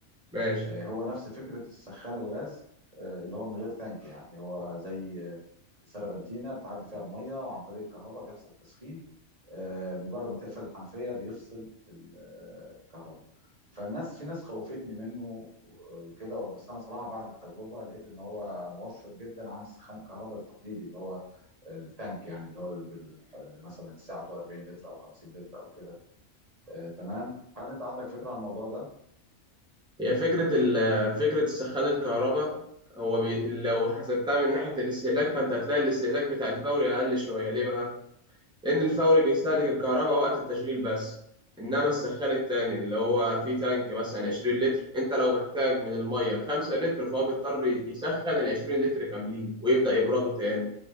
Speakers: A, in the centre; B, on the right.
A: ماشي
B: آه، هو نفس فكرة السخان الغاز آه، اللي هو من غير تانك يعني هو زي آه، سربنتينة بتعدي فيها المية وعن طريق الكهرباء بيحصل تسخين آه، مجرد ما تقفل الحنفيه بيفصل الكهرباء فالناس في ناس خوفتني منه وكده بس انا صراحه بعد التجربه لقيت ان هو موفر جدا عن السخان الكهرباء التقليدي اللي هو التانك يعني اللي هو اللي, بال... اللي مثلا الساعه 40 لتر او 50 لتر او كده آه تمام هل انت عندك فكره عن الموضوع ده؟
A: هي فكرة ال- فكرة سخان الكهرباء هو بي لو حسبتها من ناحية الاستهلاك فأنت هتلاقي الاستهلاك بتاع الفوري أقل شوية ليه بقى؟ لأن الفوري بيستهلك
B: مم.
A: الكهرباء وقت التشغيل بس إنما السخان التاني اللي هو فيه تانك مثلا 20 لتر أنت لو محتاج من المية 5 لتر فهو بيضطر يسخن ال 20 لتر كاملين ويبدأ يبردوا تاني